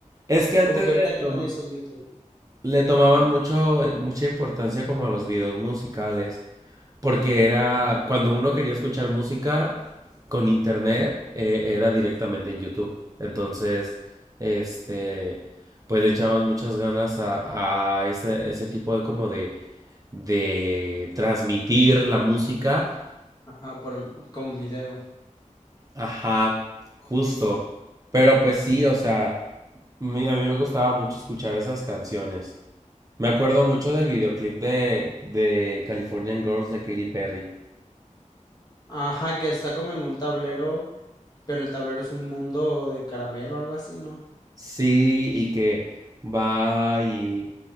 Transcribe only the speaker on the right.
es que antes
le,
toma-
le tomaban mucho, eh, mucha importancia como a los videos musicales, porque era cuando uno quería escuchar música con internet, eh, era directamente en YouTube. Entonces, este, pues le echaban muchas ganas a, a ese, ese tipo de como de, de transmitir la música.
Ajá, justo. Pero pues sí, o sea, mi- a mí me gustaba mucho escuchar esas canciones. Me acuerdo mucho del videoclip de, de Californian Girls de Katy Perry.
Sí, y que va y